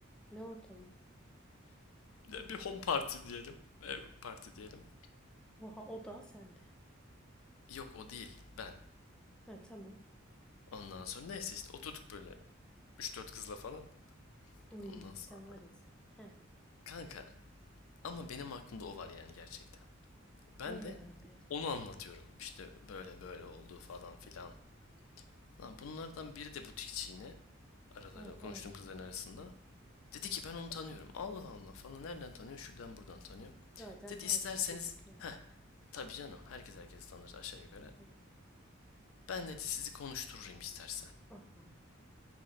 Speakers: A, in the centre; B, on the left.
A: ne ortamı?
B: Ya bir home party diyelim. Ev party diyelim.
A: Oha o da sende.
B: Yok o değil ben.
A: Ha tamam.
B: Ondan sonra neyse işte oturduk böyle üç dört kızla falan.
A: Uy
B: Ondan sonra
A: sen var ya sen. Ha.
B: kanka ama benim aklımda o var yani gerçekten. Ben
A: E
B: de
A: abi.
B: onu anlatıyorum. İşte böyle böyle oldu falan filan. Lan bunlardan biri de butikçi yine aralarında
A: Oha.
B: konuştuğum kızların arasında. Dedi ki ben onu tanıyorum. Allah Allah falan nereden tanıyor? Şuradan buradan tanıyor.
A: Zaten
B: Dedi
A: Bartın
B: isterseniz
A: küçük yer.
B: tabii canım herkes herkesi tanır aşağı yukarı.
A: Hı.
B: Ben dedi sizi konuştururum istersen.
A: Aha.